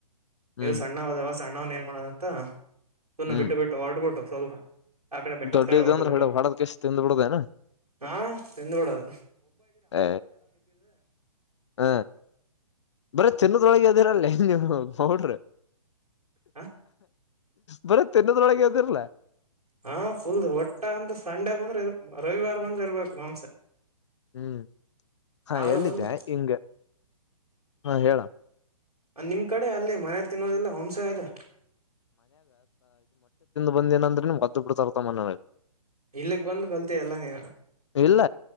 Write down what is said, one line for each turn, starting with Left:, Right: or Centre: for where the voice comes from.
Left: ಹ್ಮ್
Right: ಇದು ಸಣ್ಣವಾದವ ಸಣ್ಣ ನಾವನ್ ಏನ್ ಮಾಡೋದಂತ ತುನ್ನ
Left: ಹ್ಮ್
Right: ಬಿಟ್ಟು ಬಿಟ್ಟು ಹೊರಡ್ಬಿಟ್ಟು ಸ್ವಲ್ಪ ಅಕಡೆ ಬೆಟ್ಟದ
Left: ದೊಡ್ಡ
Right: ಕಡೆ
Left: ಇದ
Right: ಹೊಟ್ಟ
Left: ಅಂದ್ರ
Right: ಒಟ್ಟು
Left: ಹಿಡ ಹೊಡದ್ ಕಿಸ ತಿಂದ್ ಬಿಡುದೇನ
Right: ಹಾ ತಿಂದು ಕೂಡದು
Left: ಹ ಹ ಬರೀ ಚನ್ನದೊಳಗೆದಿರಲ್ಲಿ ಹೌಡ್ರಿ
Right: ಹ
Left: ಬರ ತಿನ್ನದೊಳಗೆ ಹದಿರ್ಲ
Right: ಹಾ ಫುಲ್ ಒಟ್ಟ ಅಂದ ಸಂಡೆ ಬಂದ್ರೆ ಇರು ರವಿವಾರ ಬಂದ್ರೆ ಇರಬೇಕು ಮಾಂಸ
Left: ಹ್ಮ್ ಹಾ
Right: ಯಾವ್ದೋ
Left: ಎಲ್ಲಿದೆ
Right: ಒಂದು
Left: ಹಂಗ ಹಾ ಹೇಳ
Right: ನಿಮ್ ಕಡೆ ಅಲ್ಲಿ ಮನೇಲಿ ತಿನ್ನೋದೆಲ್ಲ ಹಂಸ ಇದೆ
Left: ಬಂದ ಏಂದ್ರೆಮ್ ಗದ್ದು ಬಿಡು ತರ್ತ ಮನೇಗೆ
Right: ಇಲ್ಲಕ್ ಬಂದು ಕಲ್ತ ಎಲ್ಲ ನೀ
Left: ಇಲ್ಲ